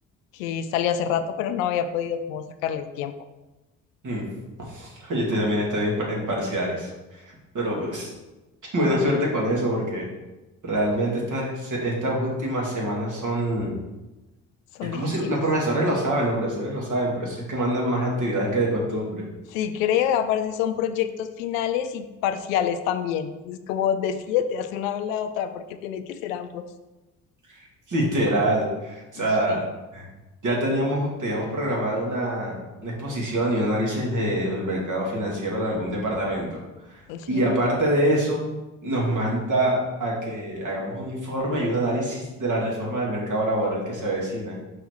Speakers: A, on the left (about 75°); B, on the right (about 50°).
A: que salió hace rato, pero no había podido como sacarle el tiempo.
B: Mm. Oye, estoy también estoy en, par- en parciales, pero pues <laughs> buena suerte con eso porque realmente estas, se- estas últimas semanas son...
A: Son
B: Es como
A: difíciles.
B: si los profesores lo saben, los profesores lo saben, por eso es que mandan más actividades que de costumbre.
A: Sí, creo, aparte son proyectos finales y parciales también. Es como de siete, hace una o la otra, porque tiene que ser ambos.
B: <laughs> Literal. O sea,
A: Sí.
B: Ya teníamos, teníamos programado una, una exposición y un análisis de- del mercado financiero de algún departamento.
A: Sí.
B: Y aparte de eso, nos manda a que hagamos un informe y un análisis de la reforma del mercado laboral que se avecina.